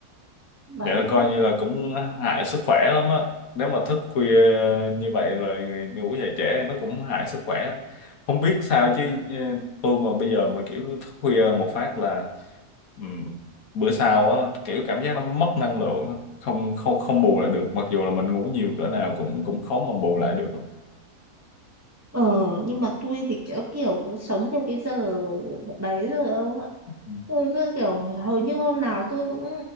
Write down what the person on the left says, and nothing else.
Vậy là coi như là cũng hại sức khỏe lắm á. Nếu mà thức khuya như vậy rồi ngủ dậy trễ nó cũng hại sức khỏe. Không biết sao chứ ờ, tôi mà bây giờ mà kiểu thức khuya một phát là ừm, bữa sau á kiểu cảm giác nó mất năng lượng, á. không không không bù lại được. Mặc dù là mình ngủ nhiều cỡ nào cũng cũng khó mà bù lại được.
Ừ,